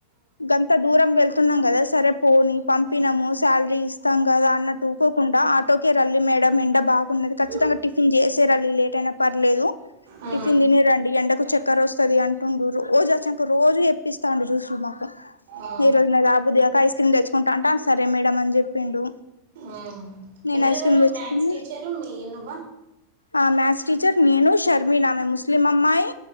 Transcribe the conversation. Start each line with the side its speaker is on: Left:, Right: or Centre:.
Left: గంత దూరం వెళ్తున్నాం కదా సరే పోని పంపినము శాలరీ ఇస్తాం కదా అన్నటుూకోకుండా ఆటోకే రండి మేడం ఎండ బా ఉన్నది ఖచ్చితంగా
Right: ఉమ్
Left: టిఫిన్ చేసేరండి లేట్ అయినా పర్లేదు
Right: ఆ
Left: టిఫిన్ తినే రండి ఎండకు చక్కరోస్తది అన్ రెండు రోజు వచ్చాంక రోజు ఎప్పిస్తాండు జ్యూస్లు మాకు
Right: ఆ
Left: ఈరోజు నేన్ తా తాగబుద్ధి కాక ఐస్ క్రీమ్ తెచ్చుకుంటా అంటే సరే మేడమ్ అని చెప్పిండు
Right: ఊ
Left: నేను
Right: ఎవరెవరు
Left: ఐస్ క్రీమ్ తెచ్చుకున్న
Right: మ్యాథ్స్ టీచరు మీ నువ్వ
Left: ఆ మ్యాథ్స్ టీచర్ నేను షర్మిిన ఆమె ముస్లిం అమ్మాయి